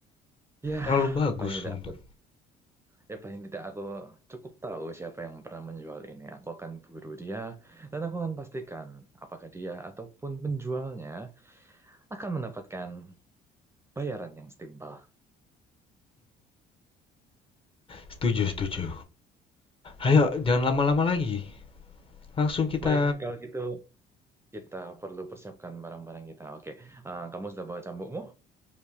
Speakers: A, on the right; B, on the left.
A: Ya,
B: Terlalu bagus
A: paling tidak
B: untuk.
A: aku, ya paling tidak aku cukup tahu siapa yang pernah menjual ini. Aku akan buru dia dan aku akan pastikan apakah dia ataupun penjualnya akan mendapatkan Bayaran yang setimpal.
B: Setuju, setuju. Ayo, jangan lama-lama lagi. Langsung kita.
A: Baik, kalau gitu kita perlu persiapkan barang-barang kita. Oke, Eh, kamu sudah bawa cambukmu?